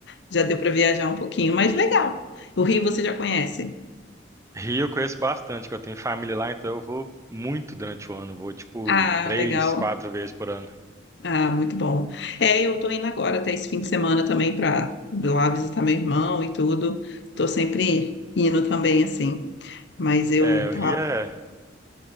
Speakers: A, on the left; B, on the right.
A: Já deu para viajar um pouquinho, mas legal. O Rio você já conhece.
B: Rio eu conheço bastante, que eu tenho família lá, então eu vou muito durante o ano. Vou tipo
A: Ah,
B: três,
A: legal.
B: quatro vezes por ano.
A: Ah, muito bom. É, eu tô indo agora até esse fim de semana também para lá visitar meu irmão e tudo. Tô sempre indo também, assim. Mas eu
B: É, o
A: tá,
B: Rio é